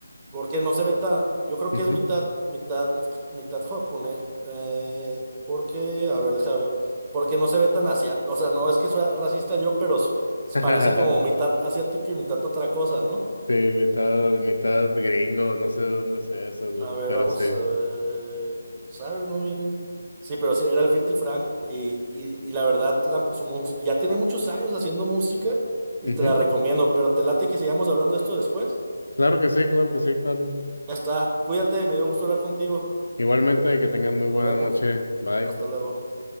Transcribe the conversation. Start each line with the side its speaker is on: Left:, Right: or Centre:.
Right: Porque no se ve tan, yo creo que
Left: Ujú.
Right: es mitad, mitad, mitad japonés, eh, porque, a ver, deja veo, porque no se ve tan asiático, o sea, no es que sea racista yo, pero s-
Left: <laughs>
Right: parece como mitad asiático y mitad otra cosa, ¿no?
Left: Sí, mitad, mitad gringo, no sé de dónde sea ese dude,
Right: A ver,
Left: pero
Right: vamos,
Left: sí.
Right: a ver, ¿sabe? No viene. Sí, pero sí, era el filthy Frank, y, y, y la verdad, la- su mus- ya tiene muchos años haciendo música, y
Left: Ujú.
Right: te la recomiendo, pero te late que sigamos hablando de esto después.
Left: Claro que sí, claro que sí, Carlos.
Right: Ya está, cuídate, me dio gusto hablar contigo,
Left: Igualmente, que tengan muy buena
Right: nos vemos,
Left: noche. Bye.
Right: hasta luego.